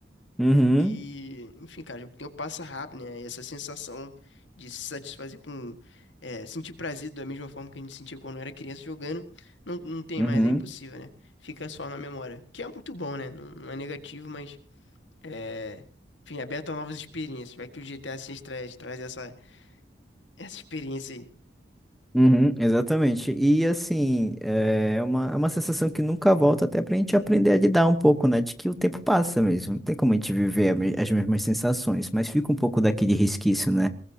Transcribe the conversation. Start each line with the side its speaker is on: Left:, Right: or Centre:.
Centre: Uhum.
Left: E, enfim, cara, o tempo passa rápido, né? E essa sensação de se satisfazer com. é, sentir prazer da mesma forma que a gente sentia quando era criança jogando, não, não tem
Centre: Uhum.
Left: mais, é impossível, né? Fica só na memória. Que é muito bom, né? Não, não é negativo, mas. É, enfim, é aberto a novas experiências. Vai que o GTA 6 traz, traz essa essa experiência aí.
Centre: Uhum, exatamente. E assim, é uma, é uma sensação que nunca volta até pra gente aprender a lidar um pouco, né? De que o tempo passa mesmo. Não tem como a gente viver a me- as mesmas sensações, mas fica um pouco daquele resquício, né?